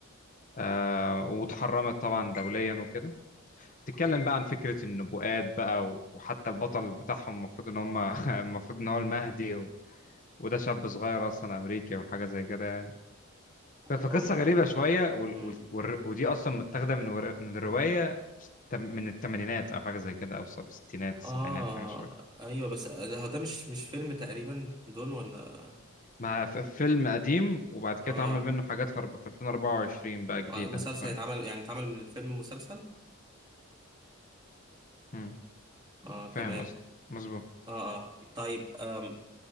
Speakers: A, on the left; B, on the right.
A: آه واتحرمت طبعا دوليا وكده تتكلم بقى عن فكرة النبوءات بقى و- وحتى البطل بتاعهم المفروض ان هم <laughs> المفروض ان هو المهدي و... وده شاب صغير اصلا امريكي وحاجة زي كده يعني ف- فقصة
B: أول
A: غريبة شوية وال...
B: امم
A: وال... والر- ودي أصلا متاخدة من ور... من الرواية تم- من الثمانينات أو حاجة زي كده أو السب- الستينات السبعينات
B: آه
A: حاجة شوية اه
B: أيوه بس ده- هو ده مش مش فيلم تقريبا دون ولا
A: مع ف- فيلم قديم وبعد كده
B: آه
A: اتعمل منه حاجات في أرب- في 2024 بقى جديدة
B: آه، مسلسل
A: أنت فاهم؟
B: يتعمل يعني اتعمل من الفيلم مسلسل
A: مم.
B: آه
A: فاهم
B: تمام
A: قصدي مظبوط
B: آه آه طيب آم